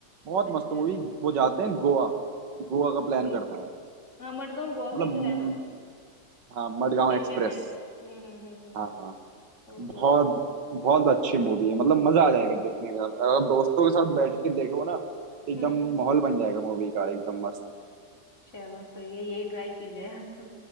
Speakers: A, on the right; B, on the left.
A: बहुत
B: अच्छा
A: मस्त मूवी वो जाते हैं गोवा गोवा का
B: ओके
A: प्लान करते हैं
B: हाँ मडगांव गोवा
A: मतलब
B: में ही तो
A: म,
B: है ना
A: हाँ मडगांव
B: स्टेशन
A: एक्सप्रेस
B: है हम्म हम्म हम्म हम्म
A: हाँ
B: Okay
A: बहुत
B: okay okay.
A: बहुत अच्छी मूवी है मतलब मजा आ जाएगा देखने का अगर दोस्तों के साथ बैठ के देखो ना एकदम
B: हम्म हम्म
A: माहौल बन जाएगा मूवी का एकदम मस्त
B: चलो सही है यही ट्राई की जाए आज तो